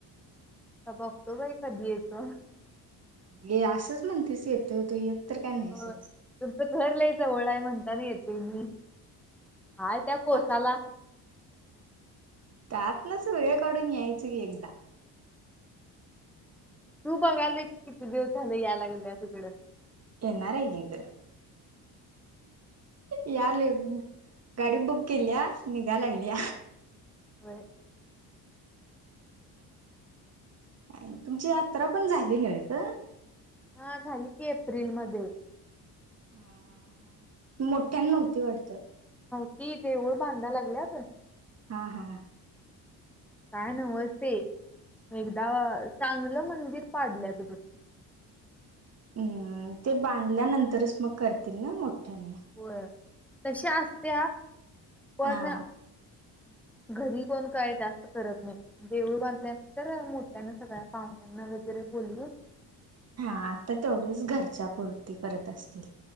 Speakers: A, in the centre; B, on the right.
A: आ बघतो बाई कधी याेतो
B: ये असंच म्हणतेस येत तो येत पत्र का नाहीसंच
A: होय. तुमचं घर ल जवळ आहे म्हणतात येत तही हाय त्या कोसाला
B: हा त्यात नस वेळ काढून यायचं की एकदा
A: तू बघाल की किती दिवस झालं यायलागेल तिकडं
B: येणारार आहेगिक या ल गाडी बुक केली या निघा लागली
A: होय.
B: का तुमची यात्रा पण झाली नाहीय का
A: हा झाली की एप्रिल मध्ये
B: हा मोठ्या नव्हती वाटत
A: की देऊळ बांधा लागल्यात
B: हा हा
A: काय नमस्ते एकदा चांगलं मंदिर पाडलं तधून
B: हम्म ते बांधल्यानंतरच मग करतील ना मोठ पठन
A: होय तशी असत पण
B: हा
A: घरी कोण काय जास्त करत नाही. देऊळ बांधल्यानंतर मोठ. सगळ्या पाहण्यांना वगैरे बोलू.
B: हा आता तेवढीच घरच्यापुरती परत असतील.